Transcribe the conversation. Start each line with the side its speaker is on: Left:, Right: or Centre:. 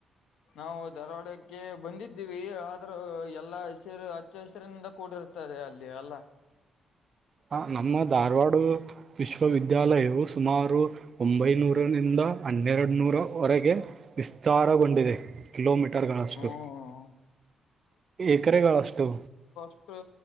Left: ನಾವು ಧಾರವಾಡಕ್ಕೆ ಬಂದಿದ್ದೀವಿ ಆದ್ರೂ ಎಲ್ಲಾ ಹಸಿರು ಹಚ್ಚ ಹೆಸರಿನಿಂದ ಕೂಡಿರುತ್ತೆ. ಇರ್ತಾರೆ ಅಲ್ಲಿ ಅಲ್ಲ
Right: ಹ ನಮ್ಮ ಧಾರವಾಡೂ ವಿಶ್ವವಿದ್ಯಾಲಯವು ಸುಮಾರು ಒಂಬೈನೂರರಿಂದ ಹನ್ನೆರಡು ನೂರವರೆಗೆ. ವಿಸ್ತಾರಗೊಂಡಿದೆ. ಕಿಲೋಮೀಟರ್ಗಳಷ್ಟು
Left: ಹ್ಮ್
Right: ಎಕರೆಗಳಷ್ಟು
Left: ಓ